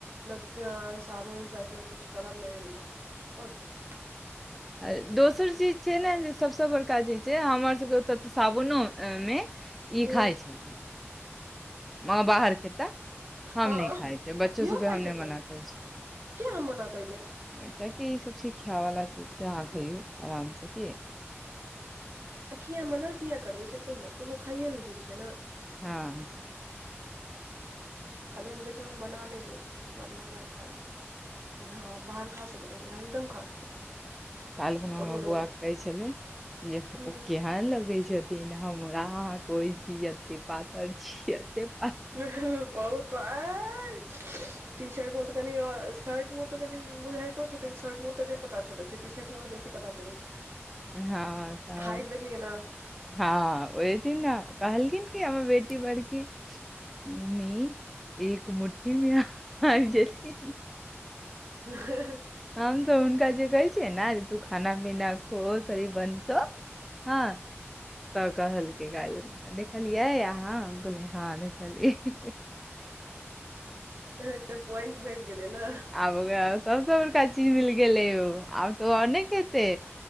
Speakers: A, on the right; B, in the centre.
A: म साबुन सर्फ नहि किछु करब नहि बस आओर की
B: आ दोसर चीज छै ने जे सभसँ बड़का चीज छै हमर सभके ओतय तऽ सावनोमे ई
A: हूँ
B: खााय छथिन माँ बाहर एतह हम
A: हँ
B: नहि खाइ बच्चो
A: इहो
B: सबके
A: खाइ
B: हम
A: छथिन
B: नहि मना करै छी
A: किया हम मना करबै
B: किया की ईसब छिय खाय वला चीज हाँ खइौ आराम से की
A: किया मना किया करबै से कहु ने ओहो खाइए ल जे छै ने
B: हँ
A: खाली हम कहै छी हम बना नहि देब बाद बे अहाँ खा लेब हँ बाहर खा सकैत छी ना एकदम खा सकैत छी
B: कलखुना
A: कोनो
B: हमर
A: रोक
B: बौआ कहै छलै जे
A: हूँ
B: ओ केहन लगैत छथि नहि हमरा अहाँके ओहि छी एते पातर छी एतेक
A: बहुत पातर टी शर्ट मे तऽ आओर कनि शर्ट मे तऽ कनि बुझाइतो छथिन शर्ट मे ओे नहि पता चलैत छै टी शर्ट मे आओर बेसी पता चलै छै
B: हँ तऽ
A: हाइट देखलियै ने
B: हँ ओ बै दिन ने कहलकिन हमर बेटी बड़की मम्मी एक मु ठी मे आबि जेथिन
A: <unintelligible>
B: हम तऽ हुनका जे कहै छियै ने जे तू खाना पीना खो शरीर बनतौ हँ तऽ कहलकै देखलियै अहाँ कहलियै ह देखलियै
A: एकटा पॉइंट भेट गेलै ने
B: क सभसँ बड़का चीज मिल गेलै यौ आब तऽ ओ आओर नहि खेतै